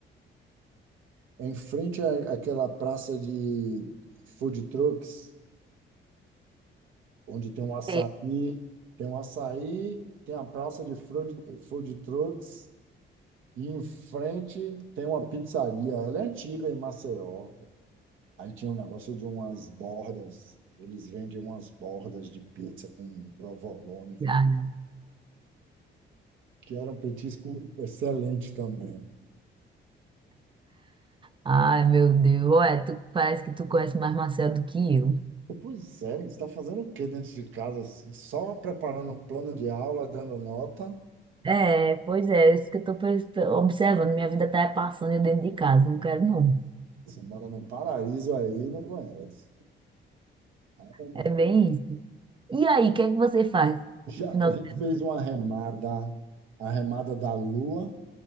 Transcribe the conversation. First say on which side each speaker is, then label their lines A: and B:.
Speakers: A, on the right; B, on the right.
A: em frente à- àquela praça de food trucks, onde tem um açaí,
B: É.
A: tem um açaí, tem a praça de food, food trucks, e em frente tem uma pizzaria. Ela é antiga em Maceió. Aí tinha um negócio de umas bordas, eles vendem umas bordas de pizza com provolone, com-
B: Obrigada.
A: que era um petisco excelente também.
B: Ai, meu Deus. Olha, tu, parece que tu conhece mais Marcelo do que eu.
A: Pois é, você está fazendo o quê dentro de casa? assim? Só preparando um plano de aula, dando nota?
B: É, pois é, isso que eu tô pens- observando. Minha vida tá passando eu dentro de casa, não quero não.
A: Você mora no paraíso aí, e não conhece. Ah, não.
B: É bem isso. E aí, o que é que você faz? no
A: Já,
B: Final...
A: já
B: do-
A: fez uma remada, a remada da lua